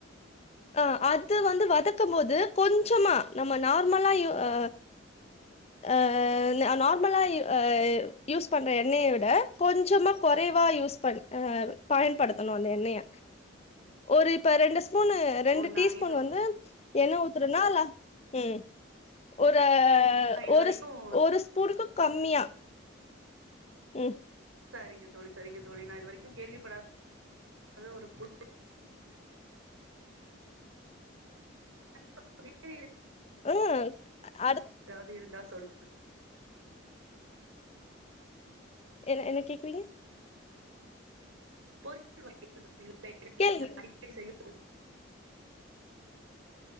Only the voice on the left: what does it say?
ஆ அது வந்து வதக்கும் போது கொஞ்சமா நம்ம நார்மலா யூ ஆ ஆ நார்மலா ஆ யூஸ் பண் எண்ணெய விட கொஞ்சமா குறைவா யூஸ் பண்ண ஆ பயன்படுத்தணும் அந்த எண்ணெய ஒரு இப்ப ரெண்டு ஸ்பூன்னு ரெண்டு
டீஸ்பூன்
வந்து எண்ணெ ஊத்துரோனா அல உம் ஒரு ஆ
ஒரு
ஸ் ஒரு ஸ்பூனுக்கு கம்மியா உம்
ம் அடுத்
எ என்ன கேக்குறீங்க
கேளுங்க